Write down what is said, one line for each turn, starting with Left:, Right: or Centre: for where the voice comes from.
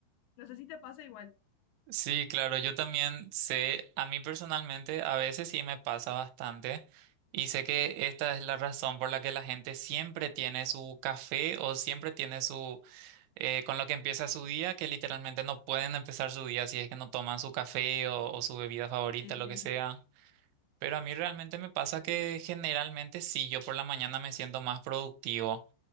Left: No sé si te pasa igual.
Right: Sí, claro, yo también sé, a mí personalmente a veces sí me pasa bastante y sé que esta es la razón por la que la gente siempre tiene su café o siempre tiene su, eh, con lo que empieza su día, que literalmente no pueden empezar su día si es que no toman su café o, o su bebida favorita,
Left: Sí,
Right: lo
Left: sí.
Right: que sea. Pero a mí realmente me pasa que generalmente sí, yo por la mañana me siento más productivo.